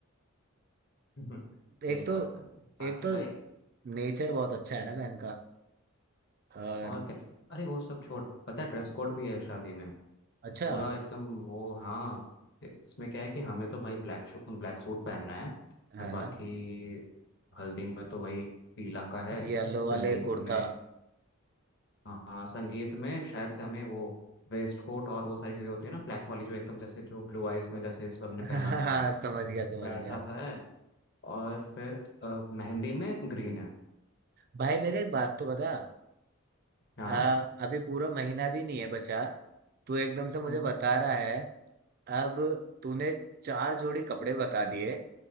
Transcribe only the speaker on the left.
<laughs> सही
बात है बाकी
भाई
और क्या अरे वो सब छोड़ पता है ड्रेस
कोड भी है शादी में
पूरा एकदम वो हाँ इसमें क्या है कि हमें तो भाई ब्लैक शू ब्लैक सूट पहनना है
और बाकी हल्दी में तो वही पीला का है
संगीत
में हाँ संगीत में शायद से हमें वो वेस्ट कोट और वो सारी चीज़ें होती है ना ब्लैक वाली जो एकदम जैसे जो ब्लू आइज में जैसे इस सब ने
पहना था
वैसा
सा है और फिर अ, मेहंदी में ग्रीन है
हाँ
हम्म